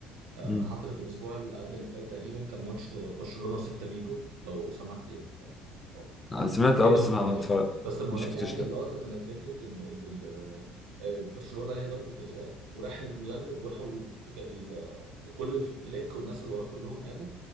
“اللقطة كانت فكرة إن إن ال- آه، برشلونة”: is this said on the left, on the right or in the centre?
Right